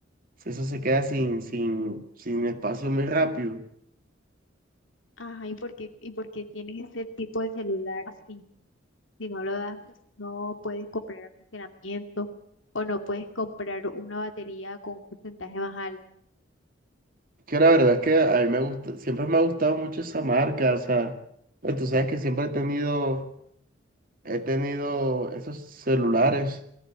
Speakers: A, on the right; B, on the left.
A: eso se queda sin, sin, sin espacio muy rápido.
B: Ajá, ¿y por qué, y por qué tienes ese tipo de celular si, si no lo das, no puedes comprar almacenamiento o no puedes comprar una batería con un porcentaje más alto?
A: Es que la verdad es que a mí me gusta, siempre me ha gustado mucho esa marca, o sea, pues tú sabes que siempre he tenido, he tenido esos celulares,